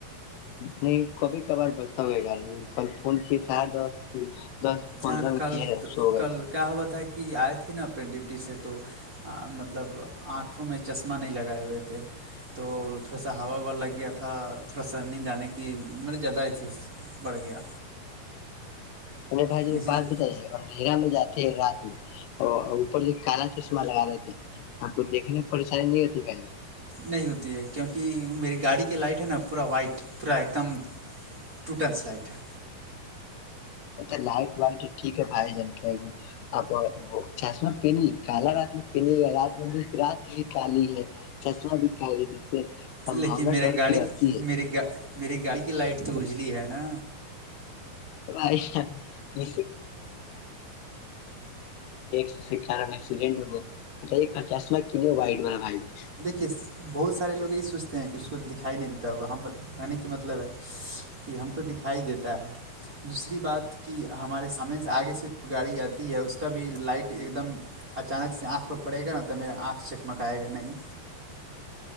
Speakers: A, on the left; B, on the right.
A: نہیں کبھی کبار بچتا ہوئے گا کل فون کی س کی دس پندرہ
B: یہاں
A: میںک
B: کل
A: ہے سو گئے
B: کل
A: تھے
B: کیا ہوا تھاے کہ آئے تھے نا اپنے ڈیوٹی سے تو مطلب آنکھوں میں چشمہ نہیں لگائے ہوئے تھے تو تھوڑا سا ہوا ووا لگ گیا تھا تھوڑا سا نیند آنے کی مے زیادہ آئی تھی اس بڑ گیا
A: ہ میںیں بھائی ج
B: اسی
A: بات
B: لیے
A: بتائیے دھیرا میں جاتے رات میں اور اوپر سے کالا چشمہ لگا رہے تھے آپ کو دیکھنے میں پریشانی نہیں ہوتی بھائی
B: نہیں ہوتی ہے کیونکہ میری گاڑی کی لائٹ ہے نا پورا وائٹ پورا ایک دم ٹوٹس لائٹ ہے
A: ا تو لائٹ وائٹ ٹھیک ہےھائی جن کیا اب وہ چاشمہ پین کالا رات میں پنی گ رات میں بھی رات بھی کالی ہے چسا دک سے سمباونا
B: لیکن میرا
A: ڈر
B: گاڑی
A: کی رہتی ہے
B: م میری گاڑی کی لائٹ تو اجلی ہے نا
A: و مسال وٹ پ مے سو سار میں ایسڈنٹ ہو گئے یہ پچاس لاک کی نہیں وائٹ والا پ جا
B: کہ بہت سارے لوگ یہی سوچتے ہیں کہ اس کو دکھائی نہیں دیتا ہوگا ہم کہنے کی مطلب ہے کہ ہم کو دکھائی دیتا ہے دوسری بات کہ ہمارے سامنے سے آگے سے جو گاڑی آتی ہے اس کا بھی لائٹ ایک دم اچانک سے آنکھ پ پڑے گا نا تو میرا آنکھ چکمکائے گا نہیں